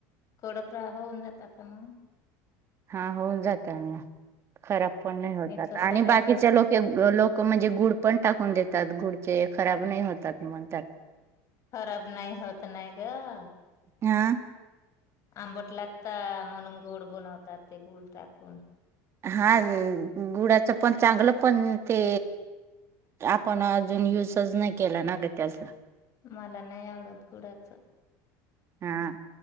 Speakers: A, on the left; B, on the right.
A: कडक रा होऊन जाता का मग
B: हा होऊन जात खराब पण नाही होतात
A: तसं
B: आणि
A: नाही
B: बाकीच्या
A: करत
B: लोके लोक म्हणजे गुड पण टाकून देतात गुडचे खराब नाही होतात म्हणतात.
A: खराब नाही होत नाही गं
B: हा
A: आंबट लागता म्हणून गोड बनवतात ते गुळ टाकून
B: हा अं गुडाच पण चांगलं पण ते आपण अजून युजच नाही केला ना गं ते आस
A: मला नाही आवडत गुडाच
B: हा